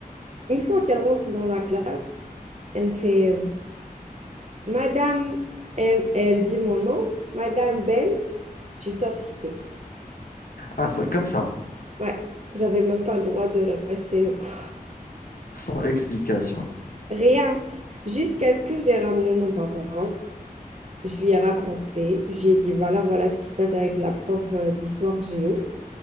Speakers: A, on the right; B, on the left.
A: Une fois qu'elle rentre dans la classe, elle me fait euh, Madame, M. elle dit mon nom, Madame Ben, tu sors s'il te plaît.
B: Ah, ça- comme ça,
A: Ouais, j'avais même pas le droit de rester au cours.
B: sans explication.
A: Rien. Jusqu'à ce que j'ai ramené mon papa, je lui ai raconté, je lui ai dit voilà, voilà ce qui se passe avec la prof euh, d'histoire géo.